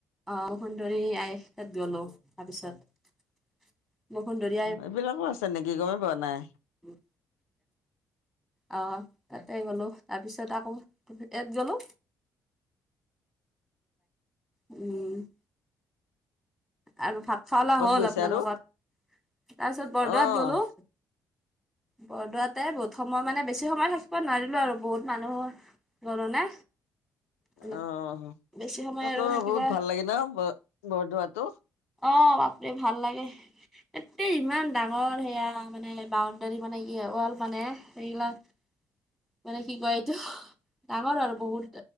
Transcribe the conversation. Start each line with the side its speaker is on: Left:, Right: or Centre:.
Centre: অ সুন্দৰী আইচ তাত গলো তাৰপিছত বসুন্দৰী
Left: এইবিলাকো আছে নেকি গমেই পোৱা নাই।
Centre: উম অহ তাতে গলো তাৰপিছত আকৌ ইয়াত গলো উম আৰু ভাত খাৱা লোৱা
Left: ক'ত
Centre: হ'ল
Left: গৈছা
Centre: আপোনালোকৰ
Left: আৰু?
Centre: তাৰপিছত বৰদোৱাত
Left: অ',
Centre: গ'লো। বৰদোৱাতে বহুত সময় মানে বেছি সময় থাকিব নোৱাৰিলো আৰু বহুত মানুহ গ'লো নে অলপ
Left: অ অ হ
Centre: বেছি সময়
Left: তাতো
Centre: আৰু থাকিবা
Left: বহুত ভাল লাগে ন ব বৰদোৱাটো
Centre: অ বাপৰে ভাল লাগে। এতেই ইমান ডাঙৰ সেয়া মানে বাউণ্ডাৰী মানে ইয়ে ৱাল মানে এইবিলাক
Left: <inaudible>
Centre: মানে কি কয় এইটো ডাঙৰ আৰু বহুত